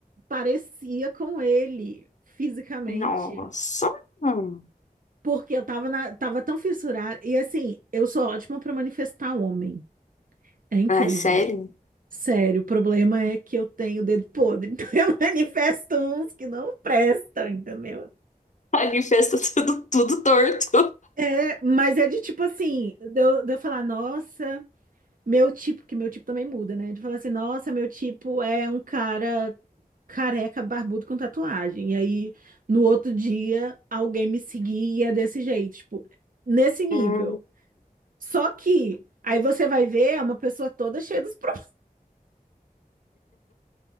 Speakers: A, on the right; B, on the left.
A: parecia com ele fisicamente,
B: Nossa. Hum.
A: porque eu tava na, tava tão fissurada e assim, eu sou ótima para manifestar homem. É incrível.
B: Ai, sério.
A: Sério, o problema é que eu tenho dedo podre, <laughs> então eu manifesto uns que não prestam, entendeu?
B: Manifesta tudo, tudo torto.
A: É, mas é de tipo assim, de eu, de eu falar, nossa, Meu tipo, que meu tipo também muda, né? Tu fala assim, nossa, meu tipo é um cara careca, barbudo com tatuagem. E aí, no outro dia, alguém me seguia desse jeito, tipo, nesse nível.
B: <laughs>
A: Só que aí você vai ver é uma pessoa toda cheia dos problemas. <laughs>